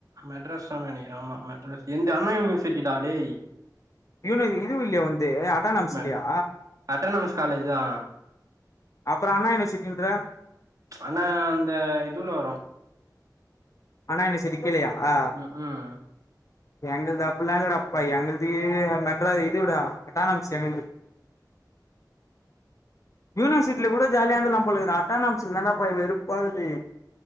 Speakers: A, on the right (about 50°); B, on the left (about 45°).
A: மெட்ராஸ் தா நெனைக்கிறே ஆமா மெட்ராஸ் எந்த் அண்ணா யூனிவர்சிட்டிடா டேய்
B: யூன்வஸி இதுவு இல்லையா உன்து அட்டானாம்ஸ்
A: மெட்
B: இல்லயா
A: அட்டனமஸ் காலேஜ் தா
B: அப்பற அண்ணா யூனிவர்சிட்டின்ற
A: அண்ணா அந்த இதுவுல வரு
B: அண்ணா யூனிவர்சிட்டிக் கீழயா
A: ம் ம்
B: எங்கள்து அப்பில்லா இல்லடா எங்கள்து மெட்ரா இதுடா அட்டானம்ஸ் எங்கள்து <inaudible> யூனிவர்சிட்டில கூட ஜாலியா இருந்துலா போல இருக்குதுடா அட்டானம்ஸ்லதா பா வெறுப்பாக்குது